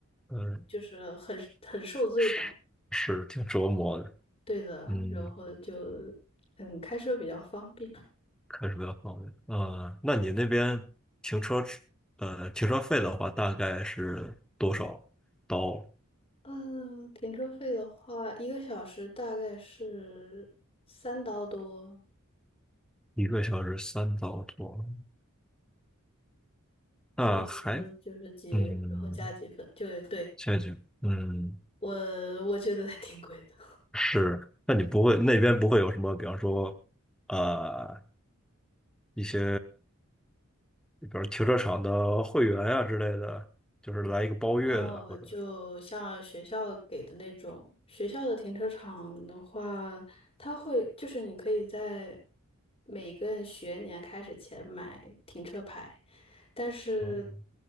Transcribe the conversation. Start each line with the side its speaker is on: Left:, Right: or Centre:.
Centre: 嗯，
Left: 就是很很受罪吧。
Centre: 是是挺折磨的，
Left: 对的，
Centre: 嗯，
Left: 然后就嗯开车比较方便。
Centre: 开车比较方便。呃，那你那边停车，呃，停车费的话大概是多少刀？
Left: 嗯，停车费的话，一个小时大概是三刀多，
Centre: 一个小时三刀多，
Left: 三刀多就是几，
Centre: 那还，嗯。
Left: 然后加几分，就对，
Centre: 陷阱，嗯，
Left: 我我觉得还挺贵的。
Centre: 是。那你不会那边不会有什么，比方说，呃，一些，比如停车场的会员啊之类的，就是来一个包月的，
Left: 哦，
Centre: 或者，
Left: 就像学校给的那种，学校的停车场的话，它会就是你可以在每个学年开始前买停车牌，但是
Centre: 嗯，